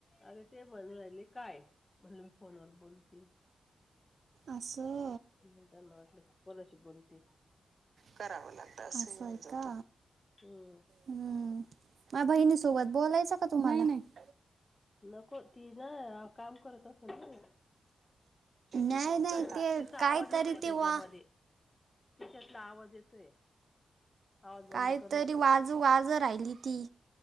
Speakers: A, on the left; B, on the right.
A: अग ते म्हणून राहिले काय? म्हणले फोनवर बोलते. -
B: असं.
A: म त्यांना वाटल कोणाशी बोलते.
B: करावं लागत, असं आहे का.
A: हमम.
B: हम्म माझ्या बहिणी सोबत बोलायचं, का तुम्हाला? नाही नाही.
A: नको, तिन अ काम करत असलं ना ती
B: नाही होऊन नाही
A: त्याचा
B: जातात ते काहीतरी
A: आवाज येतोय
B: ते
A: त्याच्यामधे
B: वा
A: त्याच्यातला आवाज येतोय. आवाज बंद
B: कायतरी
A: कर म्हणा
B: वाज वाज राहिली ती,